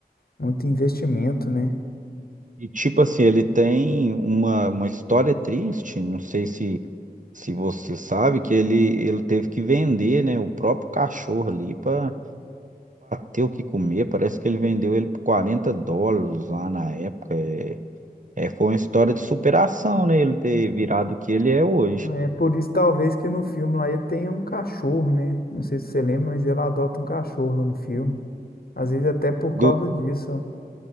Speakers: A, on the left (about 70°); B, on the right (about 55°).
A: muito investimento, né?
B: E tipo assim, ele tem uma, uma história triste, não sei se se você sabe que ele, ele teve que vender, né, o próprio cachorro ali para ter o que comer. Parece que ele vendeu ele por 40 dólares lá na época. É, é, foi uma história de superação, né, ele ter virado o que ele é hoje.
A: É por isso, talvez, que no filme lá ele tenha um cachorro, né? Não sei se você lembra, mas ele adota um cachorro lá no filme. Às vezes até por
B: Do,
A: causa disso, ó.